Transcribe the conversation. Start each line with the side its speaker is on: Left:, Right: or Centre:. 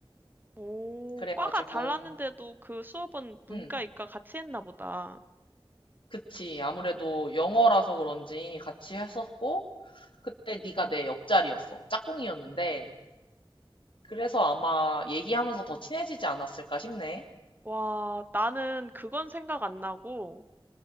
Right: 오,
Left: 그래가지고,
Right: 과가 달랐는데도 그 수업은 문과,
Left: 응,
Right: 이과 같이 했나 보다.
Left: 그치. 아무래도 영어라서 그런지 같이 했었고, 그때 네가 내 옆자리였어. 짝꿍이었는데, 그래서 아마 얘기하면서 더 친해지지 않았을까 싶네.
Right: 와, 나는 그건 생각 안 나고